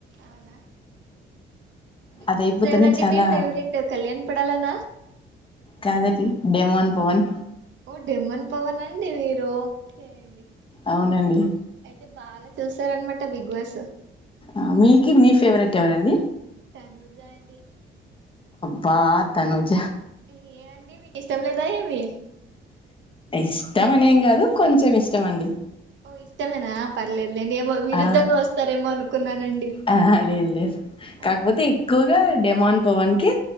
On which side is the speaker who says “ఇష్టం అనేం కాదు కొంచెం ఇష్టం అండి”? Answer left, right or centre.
Left